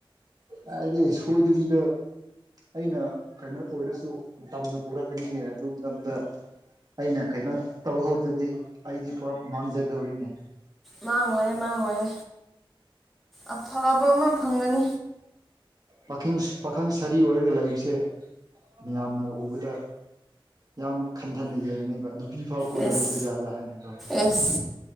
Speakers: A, on the right (about 45°); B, in the centre.
A: ꯍꯥꯏꯗꯤ ꯁꯣꯏꯗꯕꯤꯗ ꯑꯩꯅ ꯀꯩꯅꯣ ꯑꯣꯏꯔꯁꯨ ꯇꯝꯅ ꯄꯨꯔꯛꯀꯅꯤꯅꯦ ꯑꯗꯨ ꯃꯇꯝꯗ ꯑꯩꯅ ꯀꯩꯅꯣ ꯇꯧꯍꯧꯗ꯭ꯔꯗꯤ ꯑꯩꯗꯤ ꯄꯨꯂꯞ ꯃꯥꯡꯖꯗꯧꯔꯤꯅꯦ
B: ꯃꯥꯡꯉꯣꯏꯦ ꯃꯥꯡꯉꯣꯏꯦ ꯑꯐꯕ ꯑꯃ ꯐꯪꯒꯅꯤ
A: ꯄꯥꯈꯪ ꯄꯥꯈꯪ ꯁꯥꯔꯤ ꯑꯣꯏꯔꯒ ꯂꯩꯕꯁꯦ ꯃꯤꯌꯥꯝꯅ ꯎꯕꯗ ꯌꯥꯝ ꯈꯟꯊꯅ ꯌꯦꯡꯅꯦꯕ ꯅꯨꯄꯤ ꯐꯥꯎ ꯀꯣꯏꯕ
B: ꯑꯦꯁ
A: ꯍꯩꯇꯖꯥꯠꯂꯥ ꯍꯥꯏꯅꯗꯣ
B: ꯑꯦꯁ